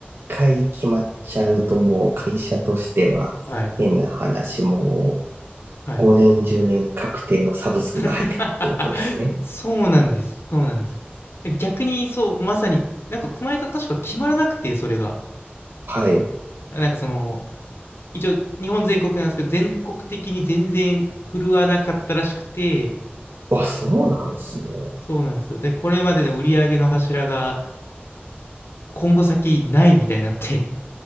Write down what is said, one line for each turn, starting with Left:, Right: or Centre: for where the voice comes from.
Right: 回決まっちゃうと、もう会社としては、
Left: う。はい。
Right: 変な話、もう
Left: はい。
Right: 5年、10年確定のサブスクが入ってくるってことですね。
Left: <laughs> そうなんです。そうなんです。逆に、そう、まさに、なんかこの間確か決まらなくて、それが。
Right: はい。
Left: なんかその、一応日本全国なんですけど、全国的に全然振るわなかったらしくて、
Right: あ、そうなんですね。
Left: そうなんですよ。で、これまでの売り上げの柱が今後先ないみたいになって、